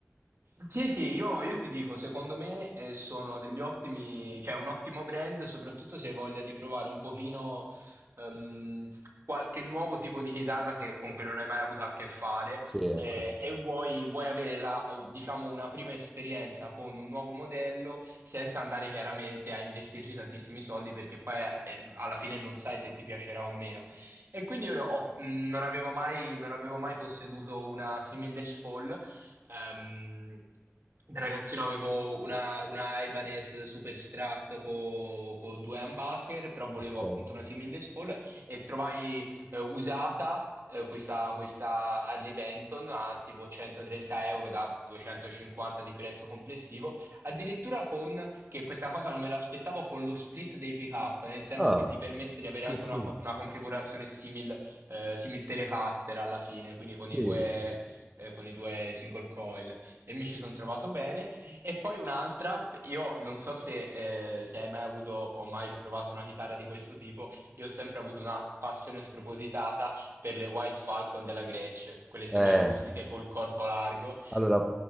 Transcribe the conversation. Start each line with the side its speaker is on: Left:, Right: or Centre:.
Right: Sì, sì, io, io ti dico, secondo me eh, sono degli ottimi, cioè un ottimo brand, soprattutto se hai voglia di provare un pochino ehm, qualche nuovo tipo di chitarra che- con cui non hai mai avuto a che fare
Centre: Sì, ecco.
Right: eh, e vuoi, vuoi avere la, diciamo, una prima esperienza con un nuovo modello senza andare chiaramente a investirci tantissimi soldi perché poi eh, alla fine non sai se ti piacerà o meno. E quindi io ne ho- mh, non avevo mai, non avevo mai posseduto una simile Les Paul Ehm, da ragazzino avevo una, una Ibanez super strat con due humbucker, però volevo
Centre: ok.
Right: appunto una simile Paul e trovai eh, usata eh, questa, questa Harley Benton a tipo 130 euro da 250 di prezzo complessivo, addirittura con, che questa cosa non me l'aspettavo, con lo split dei pick-up, nel senso
Centre: Ah,
Right: che ti permette di avere
Centre: sì,
Right: anche
Centre: sì,
Right: una, co- una configurazione simil, eh, simil Telecaster alla fine, quindi con
Centre: sì.
Right: i due eh, con i due single coil e mi ci sono trovato bene. E poi un'altra, io non so se, eh, se hai mai avuto o mai provato una chitarra di questo tipo, io ho sempre avuto una passione spropositata per le White Falcon della Gretsch, quelle semiacustiche
Centre: Eh.
Right: col corpo largo,
Centre: Allora,